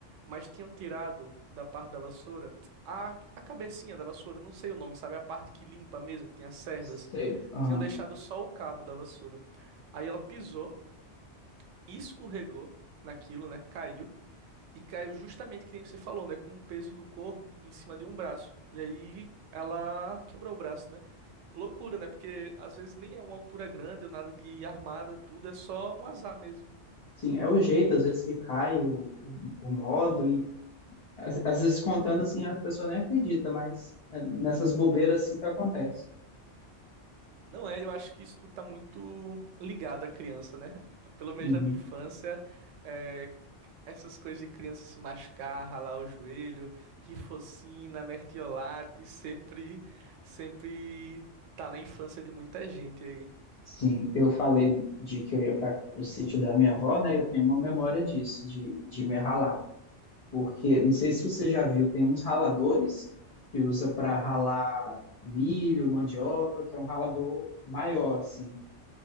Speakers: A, on the right; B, on the left.
A: mas tinham tirado da parte da vassoura a, a cabecinha da vassoura, não sei o nome, sabe? A parte que limpa mesmo, que tem as cerdas.
B: Sei. Aham.
A: Tinham deixado só o cabo da vassoura. Aí ela pisou, escorregou naquilo, né? Caiu. E caiu justamente que nem você falou, né? Com o peso do corpo em cima de um braço. E aí ela quebrou o braço, né? Loucura, né? Porque às vezes nem é uma altura grande, ou nada de armada, tudo, é só um azar mesmo.
B: Sim, é o jeito, às vezes, que cai o, o, o modo, e às, às vezes contando assim, a pessoa nem acredita, mas é nessas bobeiras assim que acontece.
A: Não é, eu acho que isso tá muito ligado à criança, né? Pelo menos
B: Uhum.
A: na minha infância, é, essas coisas de criança se machucar, ralar o joelho, rifocina, mertiolate, sempre, sempre tá na infância de muita gente aí.
B: Sim, eu falei de que eu ia para o sítio da minha avó, né? Eu tenho uma memória disso, de, de me ralar. porque não sei se você já viu, tem uns raladores que usa para ralar milho, mandioca, que é um ralador maior assim,